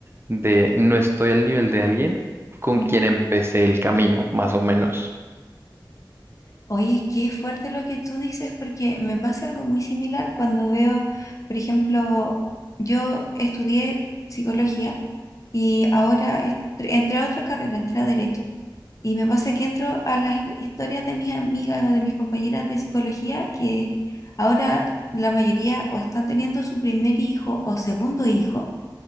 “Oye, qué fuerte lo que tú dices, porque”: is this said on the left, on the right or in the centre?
Left